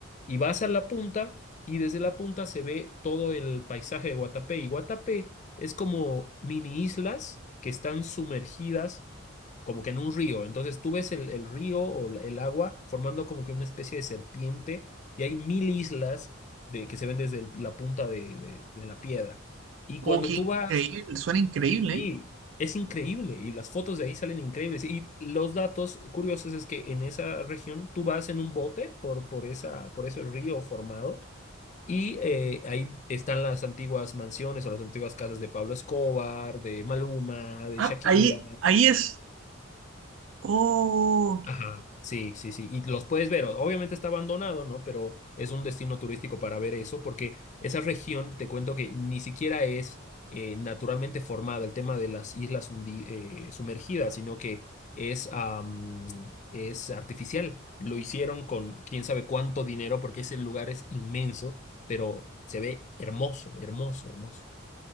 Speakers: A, on the left; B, on the right.
A: y vas a la punta y desde la punta se ve todo el paisaje de Guatapé. Y Guatapé es como mini islas que están sumergidas como que en un río. Entonces tú ves el, el río o la- el agua formando como que una especie de serpiente y hay mil islas de, que se ven desde el- la punta de, de- de la piedra. Y
B: Oh,
A: cuando
B: qué
A: tú vas,
B: increíble, suena increíble,
A: sí,
B: ¿eh?
A: es increíble y las fotos de ahí salen increíbles. Y los datos curiosos es que en esa región tú vas en un bote por, por, esa, por ese río formado. Y eh, ahí están las antiguas mansiones o las antiguas casas de Pablo Escobar, de Maluma, de
B: Ah,
A: Shakira,
B: ahí, ahí es. Oh,
A: Ajá, sí, sí, sí. Y los puedes ver. o- Obviamente está abandonado, ¿no? Pero es un destino turístico para ver eso, porque esa región, te cuento que ni siquiera es eh, naturalmente formada el tema de las islas hundi- eh, sumergidas, sino que es, am, es artificial. Lo hicieron con quién sabe cuánto dinero, porque ese lugar es inmenso, pero se ve hermoso, hermoso, hermoso.